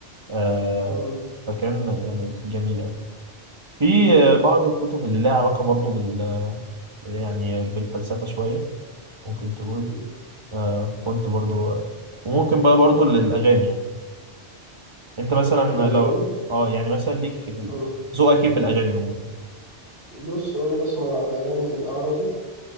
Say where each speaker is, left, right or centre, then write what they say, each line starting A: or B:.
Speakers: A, on the right; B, on the right.
A: آه،
B: مم.
A: فكان يعني جميل أوي في آه، بعض الكتب اللي لها علاقة برضو بال يعني بالفلسفة شوية ممكن تقول
B: مم.
A: آه، كنت برضو آه، وممكن بقى برضو ال- الأغاني يعني أنت مثلا
B: الاغاني
A: لو اه يعني مثلا ليك في
B: مم.
A: ذوقك إيه في الأغاني عموما
B: بص هو انا بسمع اغاني عربي